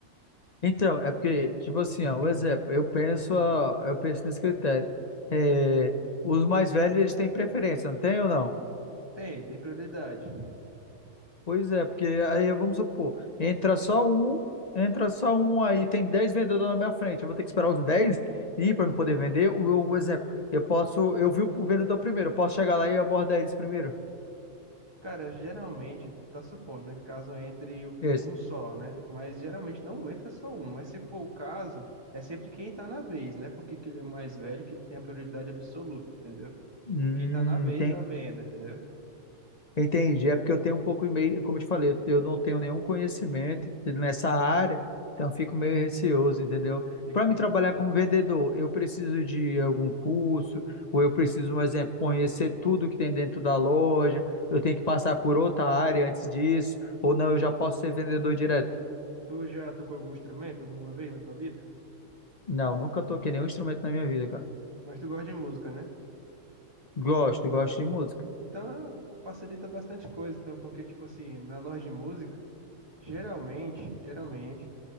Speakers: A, on the left; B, on the right.
A: Então, é porque, tipo assim, ó, o exemplo, eu penso, ó, eu penso nesse critério. É, os mais velhos, eles têm preferência, não tem ou não?
B: Tem, tem prioridade.
A: Pois é, porque aí vamos supor, entra só um, entra só um aí, tem 10 vendedores na minha frente. Eu vou ter que esperar os 10 ir para me poder vender. O, o exemplo, eu posso, eu vi o vendedor primeiro, eu posso chegar lá e abordar eles primeiro.
B: Cara, geralmente, tu tá supondo, né? que Caso entre
A: Esse.
B: um só, né? Mas geralmente não entra só um. Mas se for o caso, é sempre quem tá na vez, né? Porque que ele é mais velho, que ele tem a prioridade absoluta, entendeu?
A: Hum,
B: É quem tá na vez da venda, entendeu?
A: Entendi, é porque eu tenho um pouco meio, como eu te falei, eu eu não tenho nenhum conhecimento nessa área, então eu fico meio receoso, entendeu?
B: E
A: Para me trabalhar como vendedor, eu preciso de algum curso, ou eu preciso, um exemplo, conhecer tudo que tem dentro da loja, eu tenho que passar por outra área antes disso, ou não, eu já posso ser vendedor direto.
B: tu já tocou algum instrumento alguma vez na tua vida?
A: Não, nunca toquei nenhum instrumento na minha vida, cara.
B: Mas tu gosta de música, né?
A: Gosto, gosto de música.
B: Então, facilita bastante coisa, então, porque, tipo assim, na loja de música, geralmente, geralmente,